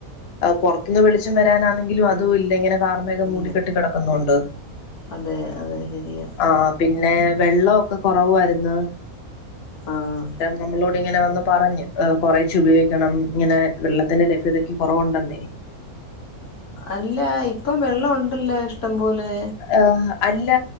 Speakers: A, on the left; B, on the left.
A: അത് പൊറത്തുന്ന് വെളിച്ചം വരാനാണെങ്കിലും അതും ഇല്ല ഇങ്ങനെ കാർമേഖം
B: ഇല്ല
A: മൂടിക്കെട്ടി കടക്കുന്നോണ്ട്
B: അതെ അതെ ശെരിയാ
A: ആഹ് പിന്നെ വെള്ളവൊക്കെ കൊറവും ആരുന്ന്
B: ആഹ്
A: നമ്മളോട് ഇങ്ങനെ വന്ന് പറഞ്ഞു കുറേച്ചെ ഉപയോഗിക്കണം ഇങ്ങനെ വെള്ളത്തിന്റെ ലഭ്യതക്ക് കുറവുണ്ടെന്നേ
B: അല്ലാ ഇപ്പം വെള്ളം ഉണ്ടല്ലേ ഇഷ്ടംപോലെ
A: ഏഹ് അല്ല